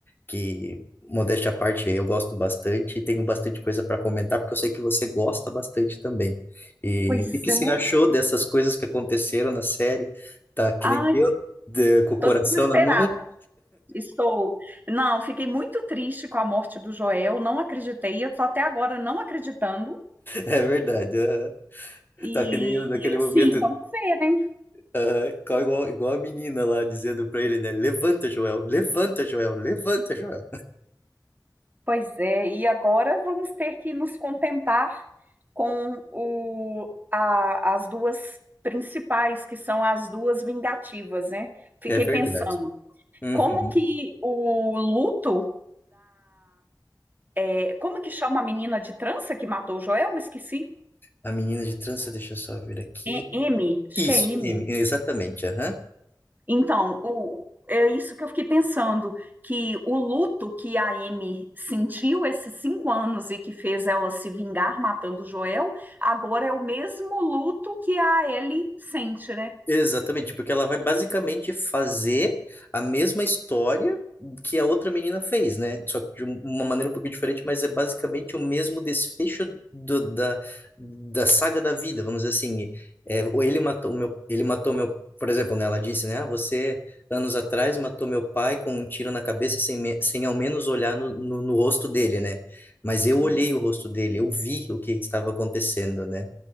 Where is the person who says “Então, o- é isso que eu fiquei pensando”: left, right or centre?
Right